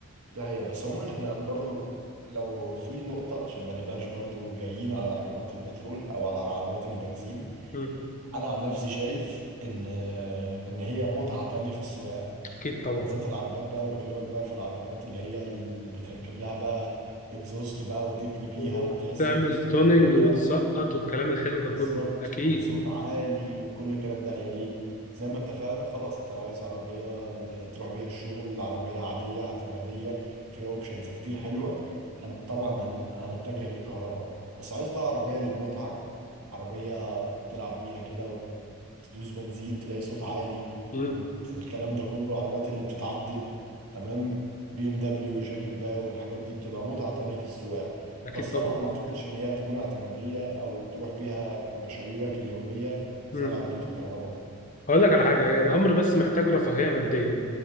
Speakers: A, on the right; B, on the left.
A: دي حقيقة بس عموما احنا برضو لو في نقطة عشان ما نبقاش برضو جايين على عربيات البترول او على عربيات البنزين
B: مم.
A: انا عن نفسي شايف ان ان هي متعة تانية في السواقة
B: اكيد طبعا
A: بالذات العربيات بقى انا بكلمك بقى في العربيات اللي هي اللي بتركب لها بقى اكزوست بقى وتجري بيها
B: وتعمل
A: وتحس بدوسة
B: توننج
A: البنزين بتاعتك
B: وتسقط والكلام الحلو ده
A: بالظبط
B: كله اكيد
A: وصوت عالي وكل الكلام ده يعني زي ما اتفقنا خلاص انت لو عايز عربية اللي تروح بيها الشغل عربية عادية اعتمادية فيها اوبشنز كتير حلوة هن طبعا هن... هنتجه للكهرباء بس عايز بقى عربية للمتعة عربية تلعب بيها كده تدوس بنزين تلاقي صوت عالي
B: مم.
A: والكلام ده كله العربيات اللي بتتعدل تمام بي ام دبليو جاك ان باو والحاجات دي بتبقى متعة تانية في السواقة
B: اكيد
A: بس
B: طبعا
A: طبعا ما اعتقدش ان هي هتكون اعتمادية او تروح بيها مشاويرك اليومية
B: مم.
A: زي العربيات الكهرباء
B: هقول لك على حاجه هي الامر بس محتاج رفاهيه ماديه